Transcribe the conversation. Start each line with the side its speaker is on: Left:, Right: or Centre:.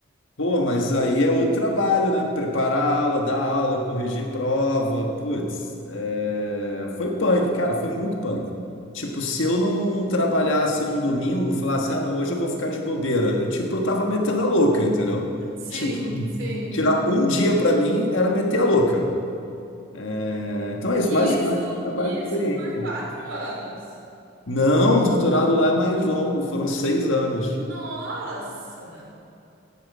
Left: Pô, mas aí é outro trabalho, né? Preparar a aula, dar aula, corrigir prova. Putz, é, foi punk, cara, foi muito punk. Tipo, se eu não trabalhasse num domingo, falasse, ah, não, hoje eu vou ficar de bobeira. eu, Tipo, eu tava metendo a louca, entendeu?
Right: Sim,
Left: Tipo,
Right: sim.
Left: tirar um dia pra mim era meter a louca. É, Então é
Right: E
Left: isso, mas,
Right: Isso,
Left: mas foi uma baita
Right: isso
Left: experiência.
Right: por quatro anos.
Left: Não, o doutorado lá é mais longo, foram seis anos.
Right: Nossa.